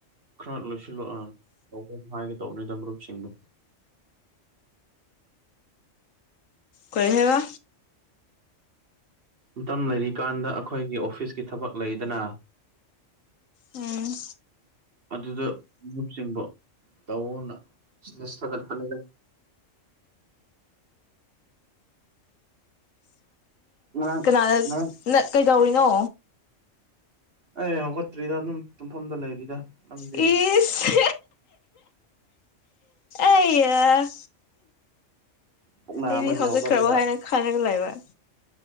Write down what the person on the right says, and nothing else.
ꯈꯔ ꯂꯣꯏꯁꯤꯜꯂꯨ ꯑꯥ ꯇ <unintelligible> ꯍꯥꯏꯒꯦ ꯇꯧꯕꯅꯤꯗ ꯃꯔꯨꯞꯁꯤꯡꯗꯣ
ꯃꯇꯝ ꯂꯩꯔꯤꯀꯥꯟꯗ ꯑꯩꯈꯣꯏꯒꯤ ꯑꯣꯐꯤꯁꯀꯤ ꯊꯕꯛ ꯂꯩꯗꯅ
ꯑꯗꯨꯗ ꯃꯔꯨꯞꯁꯤꯡꯕꯨ ꯇꯑꯣꯅ ꯁꯤꯗ ꯁꯥꯒꯠꯄꯅꯦꯗ ꯉꯔꯥꯡ
ꯉꯔꯥꯡ
ꯑꯩ ꯍꯧꯈꯠꯇ꯭ꯔꯤꯗ ꯑꯗꯨꯝ ꯇꯨꯝꯐꯝꯗ ꯂꯩꯔꯤꯗ ꯅꯪꯗꯤ
ꯄꯨꯛ ꯅꯥꯕꯒꯤ
ꯍꯧꯒꯠꯂꯒ